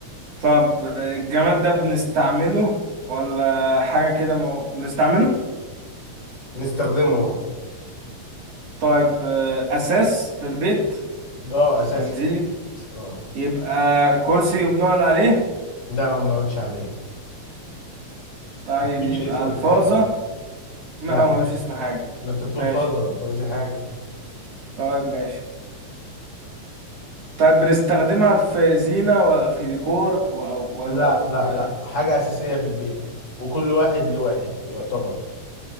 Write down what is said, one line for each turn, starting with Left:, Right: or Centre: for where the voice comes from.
Right: طب الجماد ده بنستعمله ولا حاجة كده مو... بنستعمله
Left: نستخدمه اه
Right: طيب آه أساس في البيت
Left: اه اساس
Right: منزلي
Left: في البيت اه
Right: يبقى كرسي وبنقعد عليه
Left: ده ما بنقعدش عليه
Right: طيب
Left: ما تقولش
Right: يبقى
Left: اسم
Right: الفاظة
Left: الحاجة
Right: ما
Left: لا
Right: ما اقولش اسم حاجه
Left: ما انت بتقول
Right: ماشي
Left: فازة فازة دي حاجة
Right: طيب ماشي طيب بنستخدمها في زينه ولا في ديكور و- أو ولا
Left: لا
Right: في
Left: لا لا حاجة أساسية في البيت وكل واحد ليه واحد يعتبر